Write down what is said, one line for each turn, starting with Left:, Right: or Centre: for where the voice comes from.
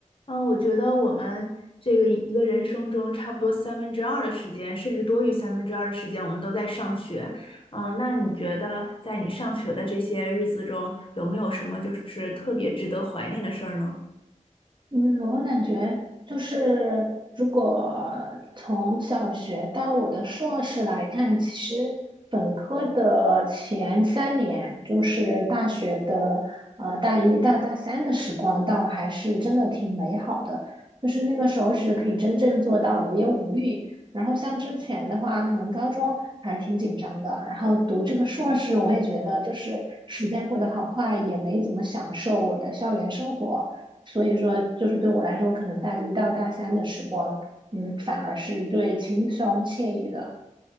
Left: 嗯，我觉得我们这个一个人生中，差不多三分之二的时间，甚至多于三分之二的时间，我们都在上学。嗯，那你觉得在你上学的这些日子中，有没有什么就是特别值得怀念的事儿呢？
Right: 嗯，我感觉就是，如果从小学到我的硕士来看，其实本科的前三年，就是大学的呃大一到大三的时光，倒还是真的挺美好的。就是那个时候是可以真正做到无忧无虑。然后像之前的话，可能高中还是挺紧张的。然后读这个硕士，我也觉得就是时间过得好快，也没怎么享受我的校园生活。所以说，就是对我来说，可能大一到大三的时光，嗯，反而是最轻松惬意的。